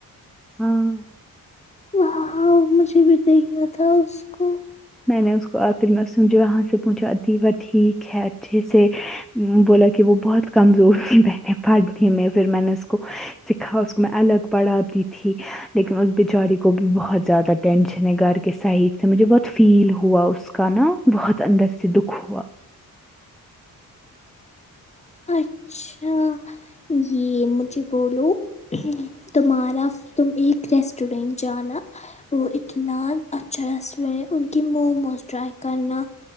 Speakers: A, in the centre; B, on the left.
A: ہاں
B: وہ مجھے بھی دیکھنا تھا اس کو
A: میں نے اس کو آخر میں سمجھی وہاں سے پوچھا اتیوا ٹھیک ہے اچھے سے بولا کہ وہ بہت کمزور تھی میں نے پڑھنے میں پھر میں نے اس کو سکھا اس کو میں الگ پڑھاتی تھی لیکن اس بیچاری کو بھی بہت زیادہ ٹینشن ہے گھر کے سائڈ سے مجھے بہت فیل ہوا اس کا نا بہت اندر سے دکھ ہوا
B: اچھا یہ مجھے بولو تمہارا تم ایک ریسٹورینٹ جانا وہ اتنا اچھا ریسٹورینٹ ان کی موموز ٹرائی کرنا